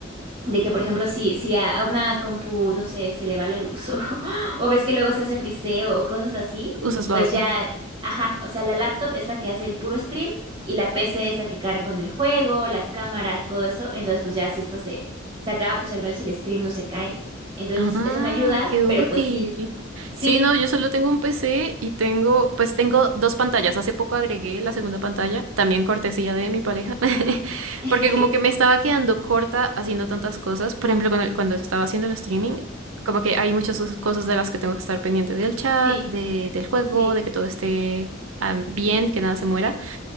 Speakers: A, on the right (about 25°); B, on the right (about 75°).
A: De que, por ejemplo, si, si a, a una compu, no sé, se le va la luz o, <laughs> o ves que luego se hace friseo o cosas así,
B: Usas la
A: pues
B: otra.
A: ya, ajá, o sea, la laptop es la que hace el puro stream y la PC es la que carga con el juego, las cámaras, todo eso. Entonces, pues ya si esto se, se acaba, pues al menos el stream no se cae. Entonces,
B: Ah,
A: eso me ayuda,
B: qué
A: pero
B: útil.
A: pues sí, sí,
B: Sí, no, yo solo tengo un PC y tengo, pues tengo dos pantallas. Hace poco agregué la segunda pantalla, también cortesía de mi pareja, <laughs>
A: <laughs>
B: porque como que me estaba quedando corta haciendo tantas cosas. Por ejemplo, con el- cuando estaba haciendo el streaming, como que hay muchas os- cosas de las que tengo que estar pendiente del chat,
A: sí,
B: de- del juego,
A: sí.
B: de que todo esté am, bien, que nada se muera.